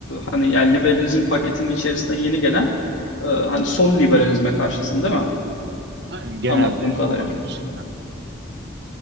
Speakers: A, on the left (about 80°); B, on the right (about 55°).
A: hani yani liberalizm paketinin içerisine yeni gelen e, hani sol liberalizme karşısın değil mi?
B: Aynen genelde
A: Anladığım kadarıyla.
B: ona karşıyım ben.